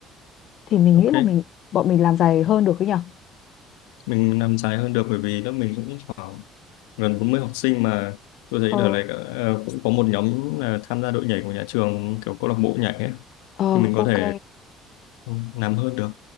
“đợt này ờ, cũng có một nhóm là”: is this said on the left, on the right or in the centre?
Left